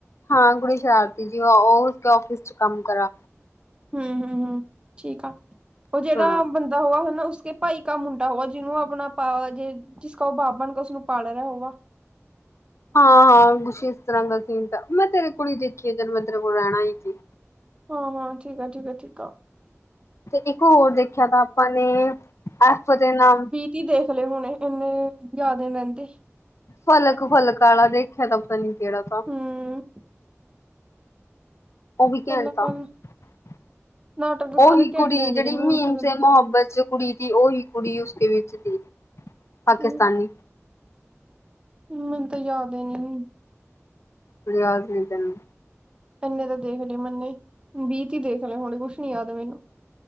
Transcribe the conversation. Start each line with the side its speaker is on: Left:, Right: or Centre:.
Left: ਹਾਂ ਕੁੜੀ ਸ਼ਰਾਰਤੀ ਜੀ ਉਹ ਉਸ ਫਿਸ ਚ ਕੰਮ ਕਰਾ
Right: ਹਮ ਹਮ ਹ ਠੀਕ ਆ ਉਹ ਜਿਹੜਾ
Left: ਹਾਂ
Right: ਬੰਦਾ ਹੋਆ ਹਨਾ ਉਸ ਭਾਈ ਕਾ ਮੁੰਡਾ ਹੋ ਜਿਹਨੂੰ ਆਪਣਾ ਪਾ ਜੇ ਜਿਸ ਉਹ ਬਾਬ ਬਣ ਕੇ ਉਸਨੂੰ ਪਾਲ ਰਿਹਾ ਹੋਗਾ
Left: ਹਾਂ ਹਾਂ ਕੁਛ ਇਸ ਤਰ੍ਹਾਂ ਦਾ ਸੀਨ ਮੈਂ ਤੇਰੇ ਕੋਲ ਹੀ ਦੇਖੀਏ ਜਲਮੰਦਰ ਕੋਲ ਰਹਿਣਾ ਹੀ ਸੀ
Right: ਹਾਂ ਹਾਂ ਠੀਕ ਆ ਠੀਕ ਠੀਕ ਆ
Left: ਤੇ ਇੱਕ ਹੋਰ ਦੇਖਿਆ ਤਾਂ ਆਪਾਂ ਨੇ ਐਫ ਦੇ ਨਾਮ
Right: ਕੀ ਦੇਖ ਲਏ ਹੁਣੇ ਇੰਨੇ ਜ਼ਿਆਦੇ ਨੀ ਰਹਿੰਦੇ
Left: ਫਲਕ-ਫਲਕ ਵਾਲਾ ਦੇਖਿਆ ਤਾਂ ਪਤਾ ਨੀ ਕਿਹੜਾ ਤਾ?
Right: ਹੂੰ
Left: ਉਹ ਵੀ ਘੰਟਾ
Right: ਕੱਲ ਕੱਲ
Left: ਤਾ,
Right: ਨਾਟਕ ਤਾਂ ਸਾਰੇ
Left: ਉਹੀ! ਕੁੜੀ
Right: ਘੈਂਟ ਆ ਜਿਹੜੇ
Left: ਜਿਹੜੀ
Right: ਮੈਂ
Left: ਮੀਮ
Right: ਹੁਣ ਤੱਕ
Left: ਸੇ
Right: ਦੇਖੇ
Left: ਮੁਹੱਬਤ ਚ ਕੁੜੀ ਦੀ, ਉਹੀ ਕੁੜੀ, ਉਸਦੇ ਵਿੱਚ ਸੀ ਪਾਕਿਸਤਾਨੀ
Right: ਹੂੰ ਮੈਨੂੰ ਤਾਂ ਯਾਦ ਈ ਨੀ।
Left: ਕੁ ਯਾਦ ਨਹੀਂ ਤੈਨੂੰ।
Right: ਇੰਨੇ ਤਾਂ ਦੇਖ ਲਏ ਮੰਨੇ, ਵੀ-ਤੀ ਦੇਖ ਲਏ ਹੁਣੇ ਕੁਛ ਨੀ ਯਾਦ ਮੈਨੂੰ